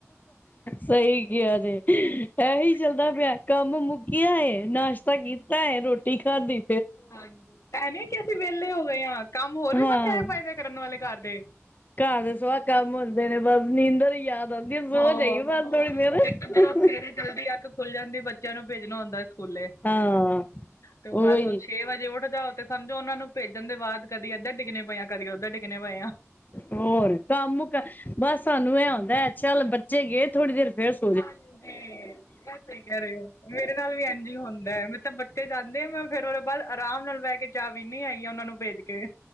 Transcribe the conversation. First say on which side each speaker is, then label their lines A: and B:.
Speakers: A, on the left; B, on the left.
A: ਸਈ ਕੇਆ ਜੇ, ਏਹੀ
B: ਕੋਈ
A: ਚੱਲਦਾ ਪੇਆ ਕੰਮ ਮੁੱਕੇਆ ਏ ਨਾਸ਼ ਤਾ, ਕੀਤੈ ਰੋਟੀ ਖਾਦੀ
B: ਹਾਂਜੀ, ਐ ਨਈ ਕਿ ਅਸੀਂ ਵੇਲੇ ਹੋ ਗਏ ਆਂ, ਕੰਮ ਹੋਰ ਵੀ
A: ਹਾਂ
B: ਬਥੇਰੇ ਪਏ ਨੇ ਕਰਨ ਵਾਲੇ ਘਰ ਦੇ।
A: ਘਰ ਸੁਆ ਕੰਮ ਹੁੰਦੇ ਨੇ, ਬਸ ਨੀਂਦਰ ਈ ਯਾਦ ਆ ਬੀ, ਸੌ
B: ਹਾਂ,
A: ਜਾਈਏ ਬਸ
B: ਹੋਰ
A: ਥੋੜੀ ਦੇਰ <unintelligible>
B: ਇੱਕ ਜਦੋਂ ਸਵੇਰੇ ਜਲਦੀ ਅੱਖ ਖੁੱਲ ਜਾਂਦੀ ਬੱਚੇਆਂ ਨੂੰ ਭੇਜਨਾ ਹੁੰਦੈ ਸਕੂਲੇ,
A: ਹਾਂ
B: ਤੇ
A: ਉਹੀ
B: ਬਸ ਓ ਛੇ ਵਜੇ ਉੱਠਦਾ ਤੇ ਸਮਝੋ, ਓਨਾਂ ਨੂੰ ਭੇਜਨ ਦੇ ਬਾਦ ਕਦੀ ਏਧਰ ਡਿੱਗਨੇ ਪਏ ਆਂ, ਕਦੀ ਓਧਰ ਡਿੱਗਨੇ ਪਏ ਆਂ।
A: ਹੋਰ ਕੰਮ ਕ, ਬਸ ਸਾਨੂੰ ਐ ਹੁੰਦੈ ਚੱਲ ਬੱਚੇ ਗਏ ਥੋੜੀ ਦੇਰ ਫੇਰ ਸੌ
B: ਹਾਂਜੀ। ਸਈ ਕੇਹ ਰਏ ਓ, ਮੇਰੇ ਨਾਲ ਵੀ ਐਂਜ ਈ ਹੁੰਦੈ ਮੈਂ ਤਾਂ ਬੱਚੇ ਜਾਂਦੇ ਐ, ਮੈਂ ਫੇਰ ਉਦੇ ਬਾਦ ਆਰਾਮ ਨਾਲ ਬੈਹ ਕੇ ਚਾ, ਪੀਨੀ ਹੈਗੀ ਆਂ, ਓਨਾਂ ਨੂੰ ਭੇਜ ਕੇ।